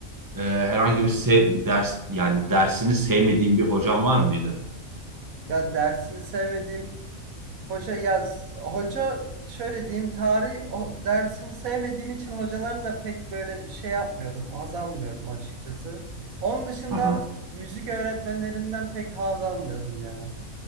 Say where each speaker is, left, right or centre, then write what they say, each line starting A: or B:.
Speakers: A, on the right; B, on the right.
A: e, herhangi bir sev- ders yani dersini sevmediğin bir hocan var mıydı?
B: Ya dersini sevmediğim Hoca ya s- hoca şöyle diyeyim tarih o dersini sevmediğim için hocaların da pek böyle şey yapmıyordum, haz almıyordum açıkçası. Onun dışında
A: Aha,
B: müzik öğretmenlerinden pek haz almıyordum ya.